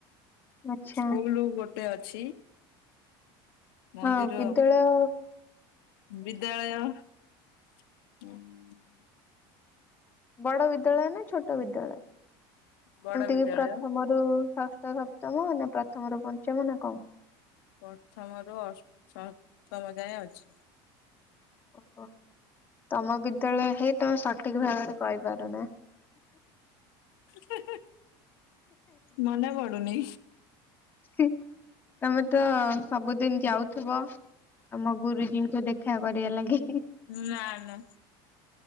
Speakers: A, on the left; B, on the left.
A: ଆଚ୍ଛା
B: ସ୍କୁଲୁ ଗୋଟେ ଅଛି। ମନ୍ଦିର
A: ହଁ ବିଦ୍ୟାଳୟ
B: ବିଦ୍ୟାଳୟ <inaudible>
A: ବଡ ବିଦ୍ୟାଳୟ ନା ଛୋଟ ବିଦ୍ୟାଳୟ
B: ବଡ
A: ଯେମିତିକି
B: ବିଦ୍ୟାଳୟ
A: ପ୍ରଥମ ରୁ ଷଷ୍ଠ ସପ୍ତମ ନା ପ୍ରଥମ ରୁ ପଞ୍ଚମ ନା କଣ।
B: ପ୍ରଥମରୁ ଅଷ୍ଟ ସପ୍ତମ ଯାଁଏ ଅଛି।
A: ଓହୋ। ତମ ବିଦ୍ୟାଳୟ ହେଇ ତମେ ସଠିକ ଭାବରେ କହିପାରୁନା।
B: ହି ହି ମନେ ପଡୁନି।
A: ହି ତମେ ତ ସବୁଦିନ ଯାଉ ଥୁବ ତମ ଗୁରୁଜୀଙ୍କୁ ଦେଖା କରିବା ଲାଗି।
B: ନା ନା